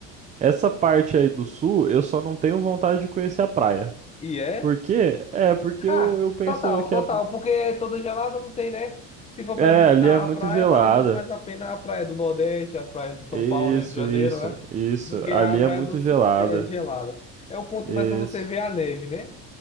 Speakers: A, on the right; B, on the left.
A: Essa parte aí do sul, eu só não tenho vontade de conhecer a praia.
B: E é?
A: Por quê? É, porque eu,
B: Ah,
A: eu penso
B: total,
A: que
B: total,
A: a...
B: porque toda gelada não tem, né? Se for
A: É,
B: para visitar
A: ali é muito
B: a praia,
A: gelada.
B: vale muito mais a pena a praia do Nordeste, as praias de São
A: Isso,
B: Paulo, Rio de Janeiro,
A: isso,
B: né?
A: isso.
B: Do que
A: Ali
B: a praia
A: é muito
B: do Sul
A: gelada.
B: é gelado. É o ponto
A: Isso,
B: mais para você ver a neve, né?